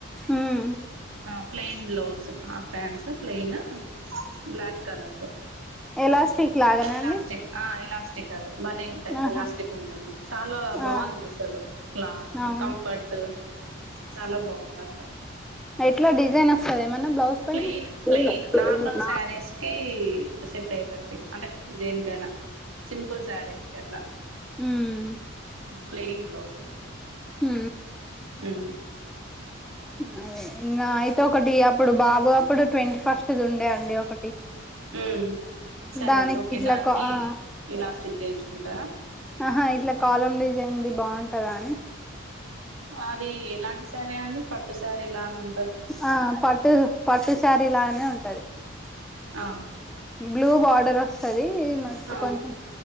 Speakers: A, in the centre; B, on the right.
A: ఉమ్.
B: ఆ ప్లైన్ బ్లౌస్ ఆ pants plain black colour the
A: elastic లాగానా
B: ఎలాలాస్టిక్
A: అండి
B: ఆ ఎలాలాస్టిక్ అదే బనీ ఉంటాయి
A: ఆహా
B: ఎలాస్టిక్ ఉంటుంది చాల బాగుంది
A: ఆ
B: అసలు క్లాత్
A: అవును
B: కంఫర్ట్ చాలా బాగుంది అసలు
A: ఇట్ల డిజైన్ వస్తది ఏమన్నా బ్లౌజ్ పైన
B: ప్లైయిన్ ప్లెయిన్
A: లేదు లేదు
B: నార్మల్
A: నాకు
B: సారీస్కే సెట్ <unintelligible> అంటే దేనికైన సింపుల్ సారీస్ట్ కి అట్ల
A: ఉమ్
B: ప్లేన్ బ్లౌజ్ <unintelligible>
A: హు
B: ఉ
A: అదే ఇంగా అయితే ఒకటి అప్పుడు బాబు అప్పుడు ట్వంటీ ఫస్ట్ది ఉండే అండి ఒక
B: ఉ స్యరి
A: దానికి
B: ఓకే
A: ఇట్లా
B: దానికి
A: కా ఆ
B: ఇలా స్టిచ్ చేయించుకుంటా
A: ఆహా ఇట్ల కాలం డిజైన్ది బాగుంటదా అని
B: అది ఎలాంటి శారీ అండి పట్టు శారీ లానే ఉం
A: ఆ పట్టు పట్టు సారి ల ఉంటది
B: ఆహా
A: బ్లూ బడరు <unintelligible> మ
B: ఆ
A: కొంచెం